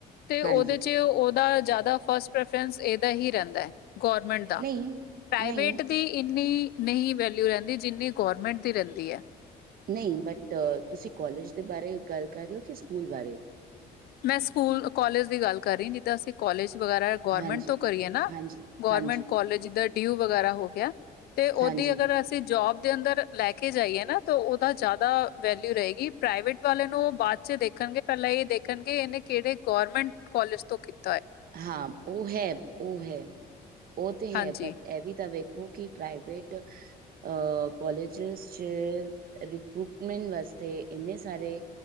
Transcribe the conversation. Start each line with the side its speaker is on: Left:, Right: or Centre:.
Left: ਤੇ ਉਹਦੇ
Right: ਹਾਂਜੀ
Left: ਚ ਉਹਦਾ ਜ਼ਿਆਦਾ ਫਸਟ ਪ੍ਰੈਫਰੈਂਸ ਇਹਦਾ ਹੀ ਰਹਿੰਦਾ ਹੈ ਗੌਰਮੈਂਟ ਦਾ
Right: ਨਹੀਂ
Left: ਪ੍ਰਾਈਵੇਟ
Right: ਨਹੀਂ
Left: ਦੀ ਇੰਨੀ ਨਹੀਂ ਵੈਲਊ ਰਹਿੰਦੀ ਜਿੰਨੀ ਗਰਮੈਂਟ ਦੀ ਰਹਿੰਦੀ ਹੈ
Right: ਨਹੀਂ ਬਟ ਤੁਸੀਂ ਕਾਲਜ ਦੇ ਬਾਰੇ ਗੱਲ ਕਰ ਰਹੇ ਹੋ ਕਿ ਸਕੂਲ ਬਾਰੇ
Left: ਮੈਂ ਸਕੂਲ ਕੋਲੇਜ ਦੀ ਗੱਲ ਕਰ ਰਹੀ ਜਿੱਦਾਂ ਅਸੀਂ ਕੋਲਜ ਵਗੈਰਾ ਗੌਰਮੈਂਟ
Right: ਹਾਂਜੀ,
Left: ਤੋਂ ਕਰੀਏ ਨਾ
Right: ਹਾਂਜੀ,
Left: ਗੌਰਮੈਂਟ
Right: ਹਾਂਜੀ,
Left: ਕੋਲਜ ਜਿਧਰ ਡਿਊ ਵਗੈਰਾ ਹੋ ਗਿਆ। ਅਤੇ ਉਹਦੀ
Right: ਹਾਂਜੀ
Left: ਅਗਰ ਅਸੀਂ ਜੋਬ ਦੇ ਅੰਦਰ ਲੈ ਕੇ ਜਾਈਏ ਨਾ ਤਾਂ ਉਹਦਾ ਜ਼ਿਆਦਾ ਵੈਲਿਊ ਰਹੇਗੀ ਪ੍ਰਾਈਵੇਟ ਵਾਲੇ ਨੂੰ ਬਾਅਦ 'ਚ ਦੇਖਣਗੇ ਪਹਿਲਾਂ ਇਹ ਦੇਖ ਦੇਖਣਗੇ ਕਿ ਇਹਨੇ ਕਿਹੜੇ ਗੌਰਮੈਂਟ ਕਾਲਜ ਤੋ ਕੀਤੀ
Right: ਹਾਂ ਉਹ ਹੈ ਉਹ ਹੈ ਉਹ ਤੇ
Left: ਹਾਂਜੀ
Right: ਹੈ ਬਟ ਇਹ ਵੀ ਤਾਂ ਵੇਖੋ ਕਿ ਪ੍ਰਾਈਵੇਟ ਅ ਕੋਾਲਜਿਸ ਚ ਰਿਕਰੂਟਮੈਂਟ ਵਾਸਤੇ ਇੰਨੇ ਸਾਰੇ